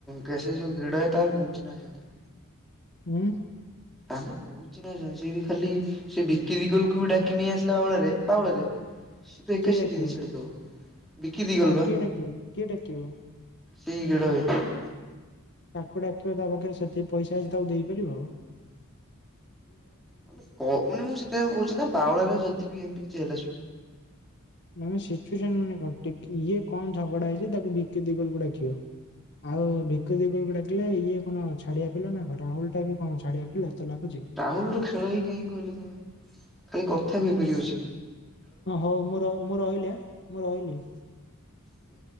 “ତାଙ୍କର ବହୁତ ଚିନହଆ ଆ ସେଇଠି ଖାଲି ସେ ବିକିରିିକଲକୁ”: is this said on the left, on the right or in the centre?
Centre